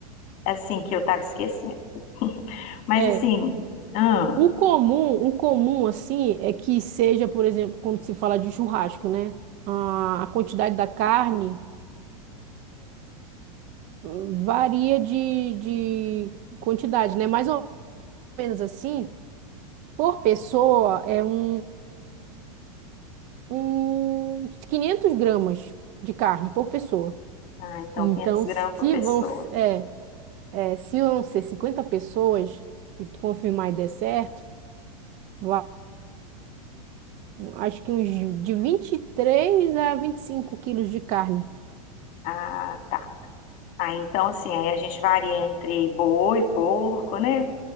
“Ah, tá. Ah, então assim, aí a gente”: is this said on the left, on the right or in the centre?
Left